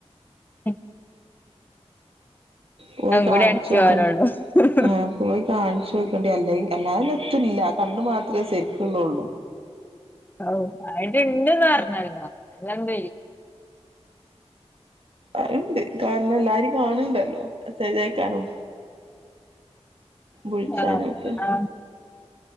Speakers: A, on the left; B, on the right.
A: ഉം
B: പോയി കാണിച്ചോക്കാൻ
A: കൂടി അടിച്ച് പോരാള്ളൂ
B: ആഹ് പോയി കാണ ചോദിക്കണ്ട്യല്ല അല്ലാതിന്നേ എത്തില്ല കണ്ണു മാത്രേ സരിക്കോള്ളള്ളൂ
A: ഓ അയ്ൻ്റെ ഇണ്ട്ന്ന് പറഞ്ഞല്ലോ അല്ലാതെന്ത് ചെയ്യും.
B: അയിണ്ട് കാരണം എല്ലാരും കാണണ്ടല്ലോ മെസേജയക്കാനും വിളിച്ചാനൊക്കെ
A: ആഹ് ആഹ്